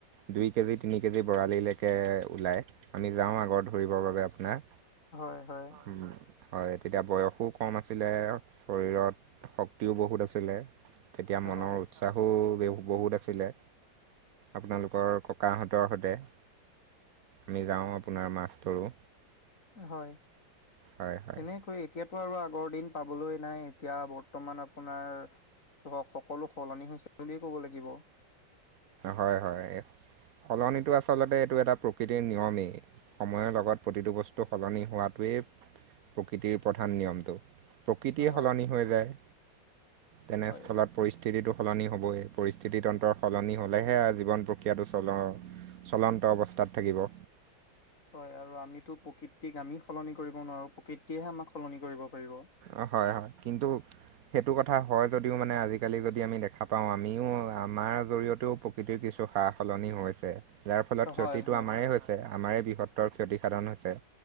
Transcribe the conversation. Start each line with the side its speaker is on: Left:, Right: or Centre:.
Right: দুই কেজি, তিনি কেজি বৰালিলৈকে ওলায়। আমি যাওঁ আগত ধৰিবৰ বাবে আপোনাৰ।
Left: হয়-হয়।
Right: উম, হয়। তেতিয়া বয়সো কম আছিলে, শৰীৰত শক্তিও বহুত আছিলে। তেতিয়া মনৰ
Left: হয়,
Right: উৎস উংসাহো বে-বহুত আছিলে, আপোনালোকৰ ককাহঁতৰ সৈতে। আমি যাওঁ আপোনাৰ মাছ ধৰোঁ।
Left: অ', হয়।
Right: হয় হয়
Left: তেনেকৈয়ে এতিয়াতো আৰু আগৰ দিন পাবলৈ নাই, এতিয়া বৰ্তমান আপোনাৰ স-সকলো সলনি হৈছে বুলিয়ে ক'ব লাগিব।
Right: হয়, হয়। সলনিটো আচলতে এইটো এটা প্ৰকৃতিৰ নিয়মেই। সময়ৰ লগত প্ৰতিটো বস্তু সলনি হোৱাটোৱেই, প্ৰকৃতিৰ প্ৰধান নিয়মটো। প্ৰকৃতিয়ে
Left: হয়,
Right: সলনি হৈ যায়, তেনেস্থলত
Left: হয়,
Right: পৰিস্থিতিটো সলনি হ'বই, পৰিস্থিতি তন্ত্ৰৰ সলনি হ' হলেহে আ জীৱন প্ৰক্ৰিয়াটো চল, চলন্ত অৱস্থাত থাকিব।
Left: হয় আৰু আমিতো প্ৰকৃতিক আমি সলনি কৰিব নোৱাৰো, প্ৰকৃতিয়েহে আমাক সলনি কৰিব পাৰিব।
Right: অ হয় হয় কিন্তু সেইটো কথা হয় যদিও মানে আজিকালি যদি আমি দেখা পাওঁ আমিও আমাৰ জৰিয়তেও প্ৰ প্ৰকৃতিৰ কিছু সা-সলনি হৈছে। যাৰ ফলত
Left: হয়,
Right: ক্ষতিটো
Left: হয়,
Right: আমাৰেই হৈছে, আমাৰে বৃহত্তৰ ক্ষতিসাধন হৈছে।